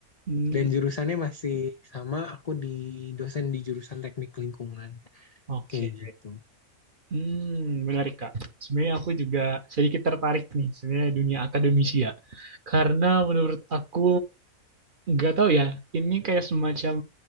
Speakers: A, on the right (about 45°); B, on the left (about 75°).
A: Hmm,
B: Dan jurusannya masih sama, aku di dosen di jurusan teknik lingkungan,
A: oke.
B: kayak gitu.
A: Hmm, menarik Kak. Sebenarnya aku juga sedikit tertarik nih sebenarnya dunia akademisi ya. Karena menurut aku nggak tahu ya, ini kayak semacam